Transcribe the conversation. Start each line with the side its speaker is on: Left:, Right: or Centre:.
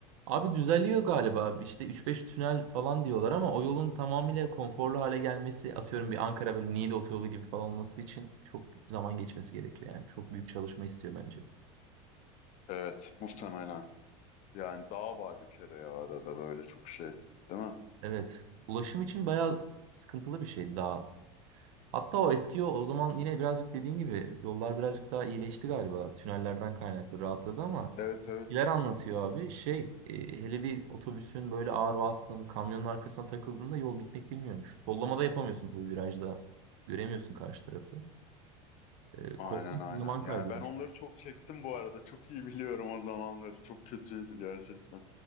Right: Abi düzeliyor galiba. işte üç beş tünel falan diyorlar ama o yolun tamamıyla konforlu hale gelmesi, atıyorum bir Ankara böyle Niğde otoyolu gibi falan olması için çok zaman geçmesi gerekiyor. Yani çok büyük çalışma istiyor bence.
Left: Evet muhtemelen. Yani dağ var bir kere ya arada böyle çok şey değil mi?
Right: Evet. Ulaşım için bayağı sıkıntılı bir şey daha. Hatta o eski yol o zaman yine birazcık dediğin gibi yollar birazcık daha iyileşti galiba. Tünellerden kaynaklı rahatladı ama
Left: Evet evet.
Right: Neler anlatıyor abi? Şey, e, hele bir otobüsün böyle ağır vasıtanın kamyonun arkasına takıldığında yol bitmek bilmiyormuş. Sollamada yapamıyorsun tabii virajda. Göremiyorsun karşı tarafı. E,
Left: Aynen
Right: korkunç
Left: aynen.
Right: bir zaman
Left: Yani
Right: kaybıymış.
Left: ben onları çok çektim bu arada. Çok iyi biliyorum o zamanları. Çok kötüydü gerçekten.